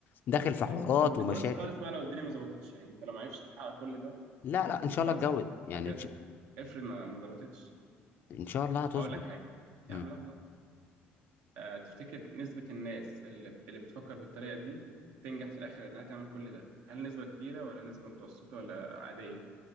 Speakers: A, on the left; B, on the right.
A: داخل في حوارات
B: ايوه او ما تتجوزش
A: ومشاكل
B: خالص بقى لو الدنيا ما ظبطتش يعني انت لو ما عرفتش تحقق كل ده
A: لا لا ان شاء الله
B: خلاص
A: اتجوز
B: هت...
A: يعني
B: هت...
A: ان شاء
B: افرض ما ما ظبطتش
A: إن شاء الله هتظبط
B: هقول لك حاجه يا
A: مم.
B: عم لحظه آه، تفتكر نسبة الناس اللي اللي بتفكر بالطريقة دي وبتنجح في الآخر إنها تعمل كل ده هل نسبة كبيرة ولا نسبة متوسطة ولا عادية